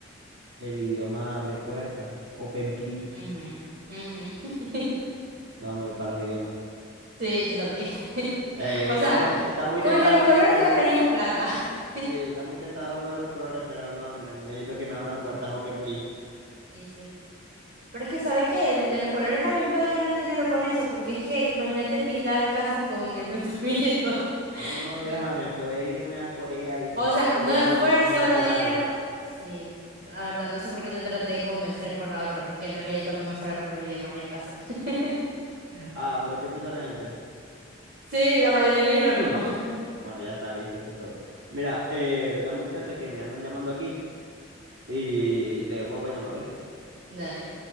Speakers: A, on the right; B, on the right.
A: el idioma abre puertas. OpenPli,
B: <laughs> Ujú, ujú. <laughs>
A: vamos a ir para los idiomas.
B: Sí, yo también. <laughs>
A: Eh,
B: O
A: está
B: sea,
A: muy, está muy
B: con
A: tentador
B: el de los colores
A: lo de,
B: te ahorrarías plata. <laughs>
A: sí, está muy tentador lo de los colores, pero no, ne- necesito que me abran puertas OpenPli.
B: Y sí. Pero es que, ¿sabes qué? El de los colores también puede ganar dinero con eso, porque es que imagínate pintar casas con el <laughs> pensamiento.
A: No, no,
B: L-
A: déjame poder irme a Corea y poder
B: O
A: hablar
B: sea,
A: coreano
B: no esfuerzo,
A: natural.
B: no dinero.
A: <laughs>
B: Sí, la verdad, no sé por qué te traté de convencer por la otra, porque en realidad yo también me fuera por los idiomas ni el caso. <laughs>
A: Ah, pero ¿qué piensa la gente? <clears throat>
B: Sí, la mayoría eligió lo
A: Hmm.
B: mismo. <laughs>
A: Bueno, ya está, listo, eso es todo. Mira, eh, dame un chance que me andan llamando aquí y te vuelvo a llamar, ¿oíste?
B: Dale.